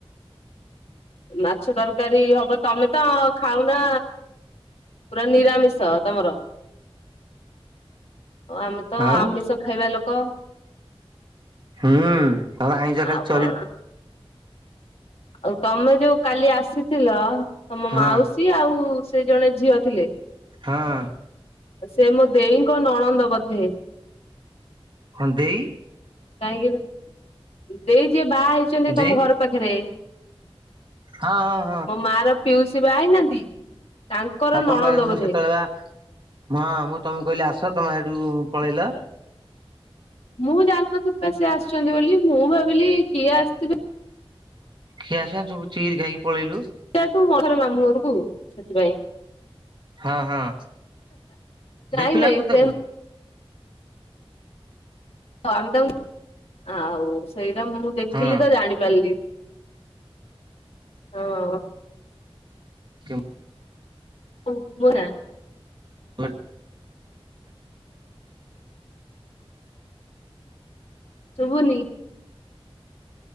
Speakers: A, on the left (about 75°); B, on the right (about 50°).
A: ମାଛ ତରକାରୀ ହବ ତମେ ତ ଖାଉନା ପୁରା ନିରାମିଷ ତମର। ଓ ଆମେ ତ
B: ଆଉ
A: ଆମିଷ ଖାଇବା ଲୋକ।
B: ହୁଁ ଆଉ ଆଇଁଷ
A: ଆଉ
B: ଖାଲି ଚରି
A: କଣ ଆଉ ତମେ ଯୋଉଁ କାଲି ଆସିଥିଲ ତମ
B: ହଁ
A: ମାଉସୀ ଆଉ ସେ ଜଣେ ଝିଅ ଥିଲେ।
B: ହଁ
A: ସେ ମୋ ଦେଇଙ୍କ ନଣନ୍ଦ ବୋଧେ।
B: ହଁ ଦେଇ
A: କାହିଁକି ଦେଇ ଯିଏ ବାହା ହେଇଛନ୍ତି
B: ଦେଇ
A: ତମ ଘର ପାଖରେ।
B: ହଁ-ହଁ।
A: ମୋ ମା ର ପିଉସୀ ବା ହେଇନାହାନ୍ତି ତାଙ୍କର
B: ଆଉ ତମ
A: ନଣନ୍ଦ
B: ବା
A: ବୋଧେ।
B: <unintelligible> ହଁ ମୁଁ ତମକୁ କହିଲି ଆସ ତମେ ସେଇଠୁ ପଳେଇଲ।
A: ମୁଁ ଜାଣିିନଥିଲି ବା ସିଏ ଆସିଛନ୍ତି ବୋଲି ମୁଁ ଭାବିଲି କିଏ ଆସିଥିବେ।
B: ସିଏ ଆସିବ ତୁ ଉଠିକିରି ଖାଇକି ପଳେଇଲୁ।
A: ସେଇ ତୁ <unintelligible> ମାମୁଁ ଘରକୁ ସେଥିପାଇଁ।
B: ହଁ ହଁ ଦେଖିଲୁ
A: ନାଇଁ ନାଇଁ
B: ଆକୁ ତାକୁ
A: ସେ ହ ଆମେ ତ ଆଉ ସେଇଟା ମୁଁ ଦେଖିଲି
B: ହଁ।
A: ତ ଜାଣିପାରିଲି। ହଁ।
B: କେମ
A: ଓ ବରା।
B: ହ।
A: ଶୁଭୁନି।